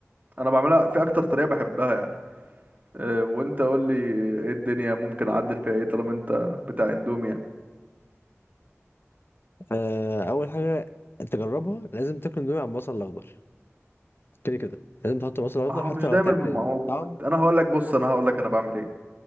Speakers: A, on the right; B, on the left.
A: انا بعملها في اكتر طريقة بحبها يعني أه وانت قول لي ايه الدنيا ممكن اعدل فيها ايه طالما انت بتاع اندومي يعني
B: آه، اول حاجه انت جربها لازم تاكل اندومي على البصل الاخضر كده كده لازم تحط بصل اخضر
A: ما هو
B: حتى
A: مش
B: لو
A: دايما
B: هتعمل
A: بيبقى موجود
B: الطعم
A: انا هقول لك بص انا هقول لك انا بعمل ايه